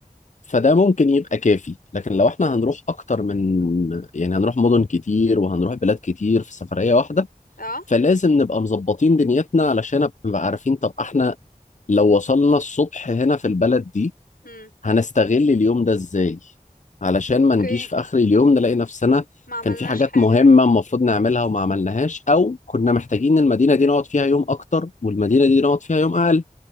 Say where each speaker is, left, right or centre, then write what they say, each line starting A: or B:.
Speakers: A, on the left; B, on the left.
A: فده ممكن يبقى كافي لكن لو إحنا هنروح أكتر من يعني هنروح مدن كتير وهنروح بلاد كتير في سفرية واحدة
B: اه
A: فلازم نبقى مظبطين دنيتنا علشان نبقى عارفين طب احنا لو وصلنا الصبح هنا في البلد دي
B: امم
A: هنستغل اليوم ده ازاي علشان
B: اوكي
A: ما نجيش في اخر اليوم نلاقي نفسنا
B: ما عملناش
A: كان في حاجات
B: حاجة
A: مهمة
B: مم.
A: المفروض نعملها وما عملناش او كنا محتاجين المدينة دي نقعد فيها يوم اكتر والمدينة دي نقعد فيها يوم اقل